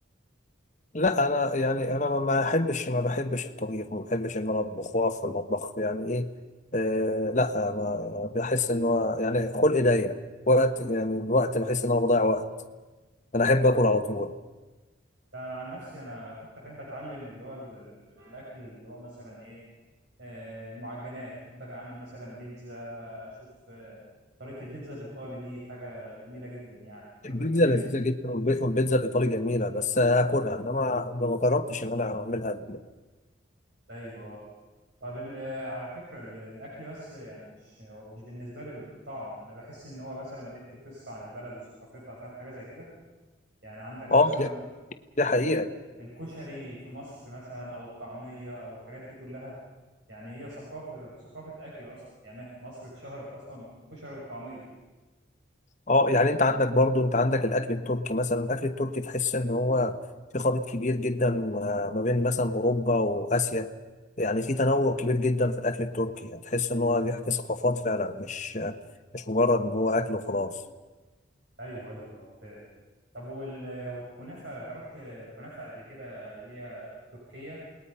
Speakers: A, on the left (about 40°); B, on the right (about 60°).
A: لا انا يعني انا ما ما احبش ما بحبش الطبيخ ما بحبش ان انا اطبخ واقف في المطبخ يعني ايه آه لا ما بحس ان هو يعني خلقي ضيق وقت يعني الوقت بحس ان انا بضيع وقت انا احب اكل على طول
B: لا انا عن نفسي انا كنت احب اتعلم اللي هو ال- ال- الاكل اللي هو مثلا ايه آه، المعجنات احب اعمل مثلا بيتزا اشوف آه، طريقه البيتزا الايطالي دي حاجه جميله جدا يعني
A: البيتزا
B: انا كنت نفسي
A: لذيذه جدا والب- والبيتزا الايطالي جميله بس اكلها انما ما جربتش ان انا اعملها
B: ايوه آه. طيب ال- آه، على فكره ال- الاكل بس يعني مش هو مش بالنسبه لي بالطعم انا بحس ان هو مثلا بيحكي قصه عن البلد وثقافتها فاهم حاجه زي كده يعني عندك
A: اه
B: مثلا
A: دي دي حقيقه
B: ال- الكشري في مصر مثلا او الطعميه او الحاجات دي كلها يعني هي ثقافه ثقافه اكل اصلا يعني مصر اتشهرت اصلا بالكشري والطعميه
A: اه يعني انت عندك برضو انت عندك الاكل التركي مثلا الاكل التركي تحس ان هو في خليط كبير جدا آه، ما بين مثلا اوروبا واسيا يعني في تنوع كبير جدا في الاكل التركي يعني تحس ان هو بيحكي ثقافات فعلا مش مش مجرد ان هو اكل وخلاص
B: ايوه ايوه أه، فعلا طب وال... والكنافه جربت كنافه قبل كده اللي هي التركيه